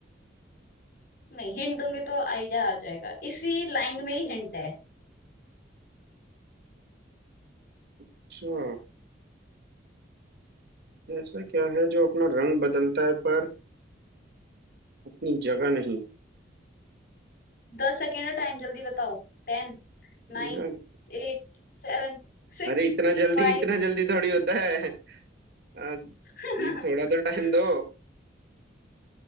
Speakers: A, on the left; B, on the right.
A: नहीं हिंट दूंगी तो आइडिया आ जाएगा इसी लाइन में ही हिंट है
B: अच्छा ऐसा क्या है जो अपना रंग बदलता है पर अपनी जगह नहीं
A: दस सेकेंड का टाइम जल्दी बताओ Ten nine
B: यार
A: eight seven six
B: अरे इतना जल्दी
A: five
B: इतना जल्दी थोड़ी होता है आ,
A: <laughs>
B: ये थोड़ा तो टाइम दो